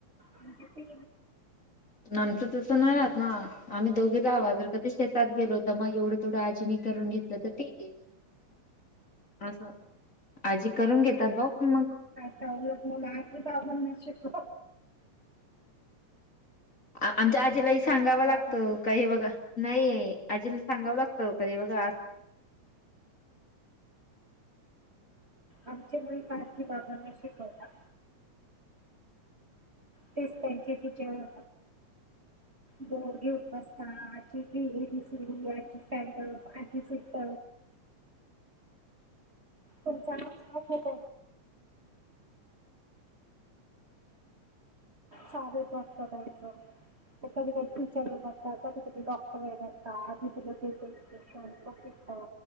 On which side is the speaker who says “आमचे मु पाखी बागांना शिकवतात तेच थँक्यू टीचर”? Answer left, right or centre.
Right